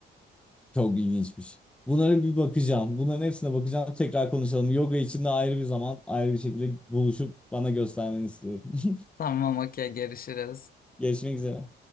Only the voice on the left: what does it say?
Tamam okey görüşürüz.